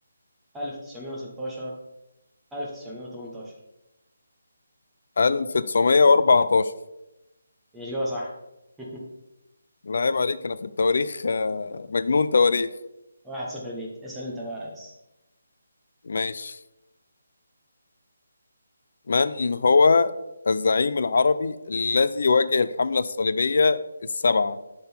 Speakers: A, in the centre; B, on the left.
A: 1916 1918
B: 1914
A: هي إجابة صح <laughs>
B: لا عيب عليك أنا في التواريخ آه، مجنون تواريخ
A: واحد صفر ليك اسأل أنت بقى يا ريس
B: ماشي من هو الزعيم العربي الذي واجه الحملة الصليبية السبعة